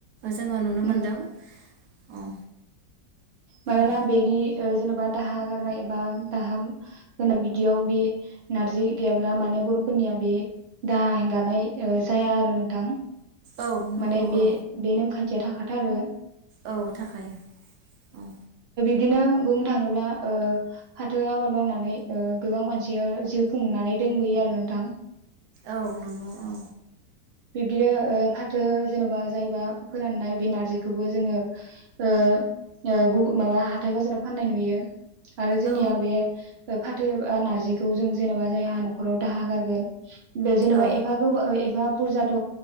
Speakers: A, on the right; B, on the right.
A: जोङो नुनो
B: औ
A: मोनदों औ
B: मानोना
A: औ
B: बेनि ओ जेन'बा दाहा गारनाय एबा दाहा होनाय बिदियाव बे नारजि गैयाब्ला माने बर'फोरनिया बे दाहा हेंगारनाय ओ जाया आरो नोंथां
A: औ नंगौ
B: माने बे
A: औ
B: बे नेमखान्थि थिया थाखाथारो
A: औ थाखायो औ
B: बिदिनो बुंनो थाङोब्ला ओ फाथो आबाद मावनानै ओ गोबां मानसिया जिउ खुंनानै दोंबोयो आरो नोंथां
A: औ नंगौ औ
B: बिब्दिनो ओ फाथो जेन'बा जायबा फोराननाय बे नारजिखौबो जोङो ओ ओ गुबु माबा हाथाय बाजाराव फाननाय नुयो आरो जोंनिया
A: औ
B: बे फाथो नारजि बे जों जेनेबा जायहा न'खराव दाहा गारगोन जेनेबा
A: औ
B: एफा गो एफ एफा बुरजाथ'